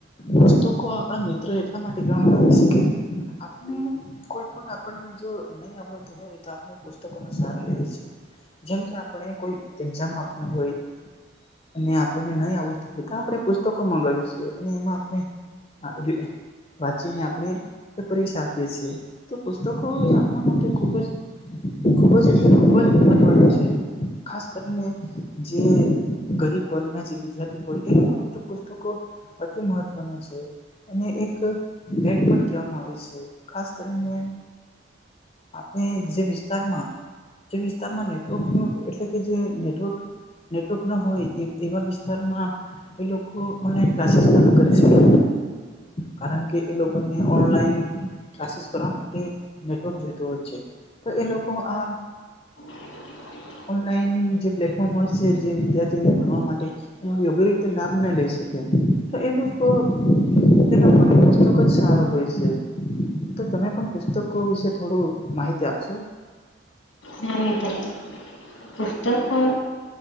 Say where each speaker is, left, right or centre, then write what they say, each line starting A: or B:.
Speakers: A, on the left; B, on the left.
A: પુસ્તકો આપણા મિત્ર એટલા માટે કહેવામાં આવે છે કે આપને કોઈ પણ આપણને જો નહી આવડતું હોય તો આપણે પુસ્તકો નો સહારો લઈએ છીએ જેમકે આપણે કોઈ એક્ઝામ આપવુ હોય અને આપણને નહીં આવડતું હોય તો આપણે પુસ્તકો મગાવી છે અને એમાં આપણે હા એ વાંચીને આપણે તે પરીક્ષા આપીએ છીએ તો પુસ્તકો એ આપણા માટે ખુબ જ ખુબ જ એટલે ખુબ જ મહત્વનું છે ખાસ કરીને જે ગરીબ વર્ગ ના જે વિદ્યાર્થી હોય એ લોકોને તો પુસ્તકો અતિ મહત્વનું છે. અને એક ભેટ પણ કહેવામાં આવે છે ખાસ કરીને આપણે જે વિસ્તારમાં જે વિસ્તારમાં નેટવર્ક નો એટલે કે જે નેટવર્ક નેટવર્ક ના હોય એ એવા વિસ્તારમાં એ લોકો ઓનલાઈન ક્લાસીસ પણ ન કરી શકે. કારણ કે એ લોકોને ઓનલાઈન ક્લાસીસ કરવા માટે નેટવર્ક જોઈતું હોય છે તો એ લોકો આ
B: <inaudible>
A: ઓનલાઈન જે પ્લેટફોર્મ હોય છે જે વિદ્યાર્થીઓને ભણવા માટે એનો યોગ્ય રીતે લાભ નહી લઈ શકે તો એ લોકો એ લોકોને પુસ્તક જ સારો હોય છે. તો તમે પણ પુસ્તકો વિશે થોડું માહિતી આપશો
B: <unintelligible> પુસ્તકો